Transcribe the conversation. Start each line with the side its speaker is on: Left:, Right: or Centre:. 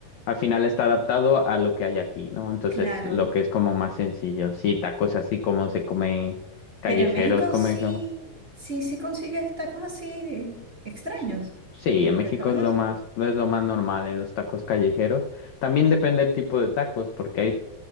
Left: al final está adaptado a lo que hay aquí, ¿no? Entonces,
Right: Claro.
Left: lo que es como más sencillo. Sí, tacos así como se come callejeros,
Right: Pero en México
Left: come.
Right: sí, sí, sí consigues tacos así extraños,
Left: S- Sí,
Right: como
Left: en
Right: los
Left: México
Right: que acabas
Left: es
Right: de
Left: lo
Right: decir.
Left: más, no es lo más normal en los tacos callejeros. También depende del tipo de tacos, porque hay,